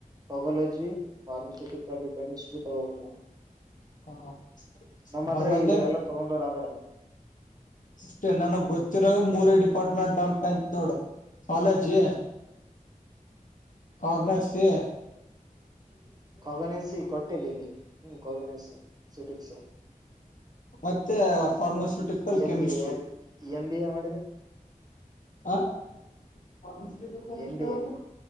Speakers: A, on the right; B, on the left.
A: ಕಗೊಲಜಿ ಪಾರ್ಮಸಿಟಿ ಸ್ಯುಟಿಕಲ್ ಕೆಮಸ್ಟ್ರತ್
B: ಹ
A: ನಮ್ಮತ್ರ್ರೆ
B: ಬರೋದೇ
A: ಇವರೆಲ್ಲ ತಗೊಂಡರಾದಾರ
B: ಸಿಸ್ಟರ್ ನನಗ್ ಗೊತ್ತಿರ ಮೂರೇ ಡಿಪಾರ್ಟ್ಮೆಂಟ್ ಅಂತತ್ ನೋಡು ಕಾಲೇಜಿ ಕಾಗನೆಸ್ಸಿ
A: ಕಗಣಸಿ ಕೊಟ್ಟಿಲ್ಲ ಇಲ್ಲಿ ಹ್ಮ್ ಕಗಣಸ ಸಿಟಿಕ್ಸ್
B: ಮತ್ತೆ pharmaceutical
A: M
B: chemistry
A: B A M B A ಮಾಡಿದ್ರು
B: ಹಾ ಪಾರ್ಮಸಿಟಿ ಕನುಷ್ಟ
A: ಎಂ ಬಿ
B: ಹೋಗ
A: ಎ